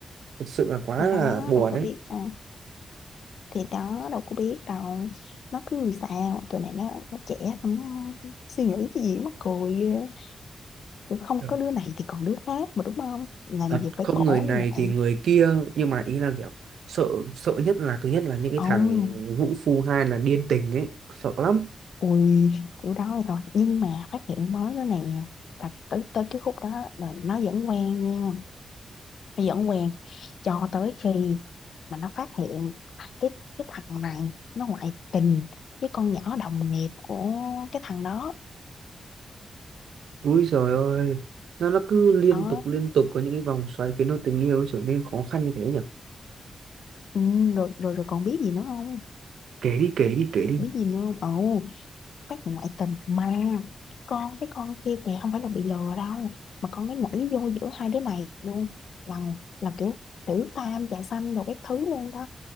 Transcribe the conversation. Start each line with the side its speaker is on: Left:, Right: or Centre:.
Right: thật sự là quá
Left: thì
Right: là
Left: đó
Right: buồn
Left: đâu có
Right: đấy
Left: biết đâu thì đó đâu có biết đâu nó cứ sao tụi này nó nó trẻ xong nó suy nghĩ cái gì mắc cười ghê. Kiểu không
Right: Kiểu
Left: có đứa này thì còn đứa khác mà đúng không làm
Right: thật
Left: gì phải
Right: không
Left: khổ
Right: người này
Left: như vậy
Right: thì người kia nhưng mà ý là kiểu sợ sợ nhất là thứ nhất là những cái
Left: ông
Right: thằng vũ phu hai là điên tình ấy sợ lắm
Left: ui kiểu đó vậy thôi nhưng mà phát hiện mới nữa nè thật tới, tới cái khúc đó là nó vẫn quen nha dẫn quen cho tới khi mà nó phát hiện cái cái thằng này nó ngoại tình với con nhỏ đồng nghiệp của cái thằng đó
Right: úi giời ơi nó nó cứ liên
Left: đó
Right: tục liên tục có những cái vòng xoáy khiến cho tình yêu trở nên khó khăn như thế nhỉ
Left: ừ, rồi, rồi rồi còn biết gì nữa không
Right: kể đi kể đi kể đi
Left: biết gì nữa không ồ phát hiện ngoại tình mà con cái con kia kìa không phải là bị lừa đâu mà con ấy nhảy vô giữa hai đứa này luôn là là kiểu tiểu tam trà xanh đồ các thứ luôn đó